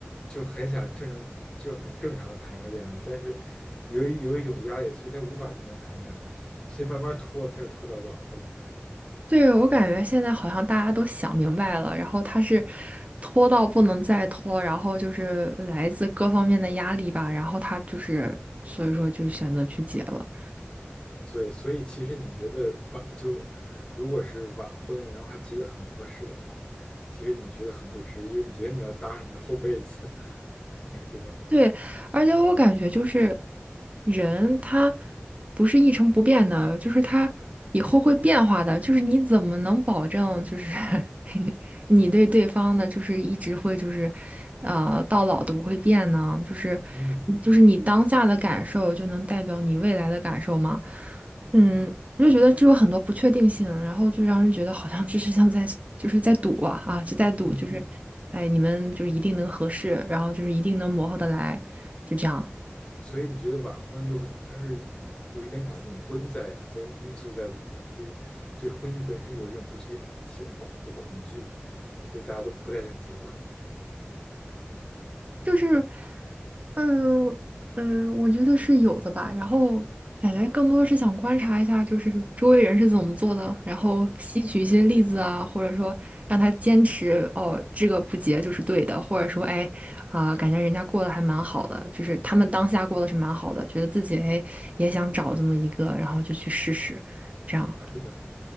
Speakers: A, on the left; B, on the right.
A: 就很想正常，就很正常的谈一个恋爱，但是由于有一种压力，所以他无法正常谈恋爱，所以慢慢拖，他又拖到晚婚了。
B: 对，我感觉现在好像大家都想明白了，然后他是拖到不能再拖，然后就是来自各方面的压力吧，然后他就是所以说就选择去结了。
A: 对，所以其实你觉得晚就如果是晚婚，然后还结得很不合适的话，其实你觉得很不值，因为你觉得你要搭上你的后辈子，<laughs> 那个对吧？
B: 对，而且我感觉就是人他不是一成不变的，就是他以后会变化的。就是你怎么能保证就是 <laughs> 你对对方的，就是一直会就是呃到老都不会变呢？就是
A: 嗯
B: 就是你当下的感受就能代表你未来的感受吗？嗯，我就觉得这有很多不确定性，然后就让人觉得好像就是像在就是在赌啊啊，就在赌，
A: 嗯，
B: 就是，哎，你们就是一定能合适，然后就是一定能磨合得来，就这样，
A: 所以你觉得晚婚有可能它是有一点恐婚在在因素在里面的，就是对婚姻本身有一种不确定性的恐恐惧，所以大家都不太想结婚。
B: 就是。嗯嗯，呃我觉得是有的吧。然后感觉更多是想观察一下，就是周围人是怎么做的，然后吸取一些例子啊，
A: 嗯，
B: 或者说让他坚持哦，这个不结就是对的，或者说哎啊、感觉人家过得还蛮好的，就是他们当下过得是蛮好的，觉得自己哎也想找这么一个，然后就去试试。这样，
A: 是的。